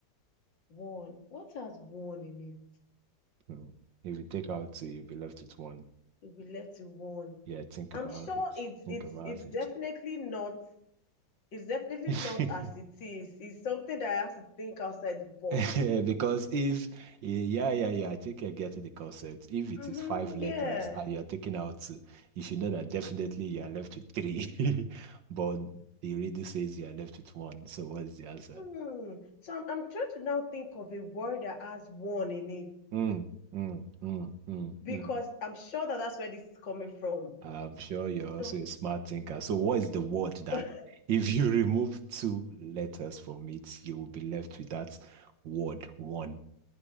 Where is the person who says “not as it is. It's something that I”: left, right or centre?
Left